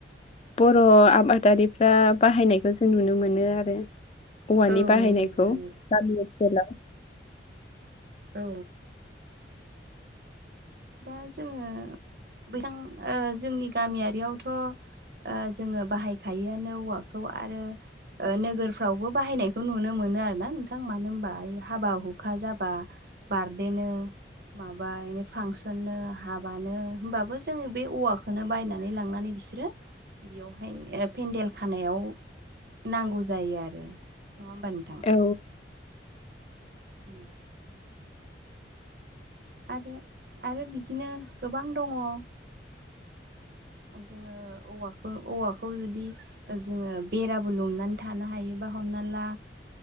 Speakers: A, on the left (about 35°); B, on the right (about 55°).
A: बर' आबादारिफ्रा बाहायनायखौ जों नुनो मोनो आ औवानि
B: औ
A: बाहायनायखौ
B: नंगौ नोंथां नंगौ
A: गामि ओनसोलाव
B: औ। दा जोङो बिथां जोंनि गामियारियावथ' जोङो बाहायखायोआनो जों औवाखौ आरो नोगोरफ्रावबो बाहायनायखौ नुनो मोनो आरो ना नोंथां मानो होनबा हाबा हुखा जाबा बारदे नो माबा थिसननो हाबानो होमबाबो जोङो बे औवाखौनो बायनानै लांनानै बिसोरोनो बेयावहाय पेन्देल खानायाववो नांगौ जायो आरो नंङा होमबा नोंथांङा।
A: औ
B: औ। आरो आरो बिदिनो गोबां दङ औ जोङो औवाखौ औवाखौ जुदि जोङो बेराबो लुमनानै थानो हायोबा हमना ला